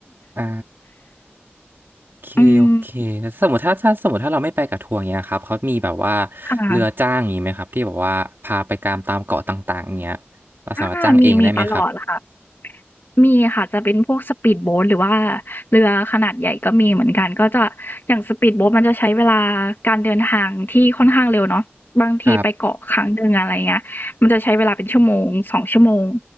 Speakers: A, on the right; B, on the left.
A: อ่าโอเคโอเคแล้วสมมติถ้าถ้าสมมติถ้าเราไม่ไปกับทัวร์เงี้ยครับเขามีแบบว่า
B: อืมค่ะ
A: เรือจ้างอย่างงี้ไหมครับที่แบบว่าพาไปตามตามเกาะต่างๆเงี้ยเราสามารถจ้างเองได้ไหมครับ
B: อามีมีตลอดค่ะมีค่ะจะเป็นพวก speed boat หรือว่าเรือขนาดใหญ่ก็มีเหมือนกันก็จะอย่าง speed boat มันจะใช้เวลาการเดินทางที่ค่อนข้างเร็วเนาะบางทีไปเกาะครั้งหนึ่งอะไรเงี้ยมันจะใช้เวลาเป็นชั่วโมง2ชั่วโมง
A: ครับ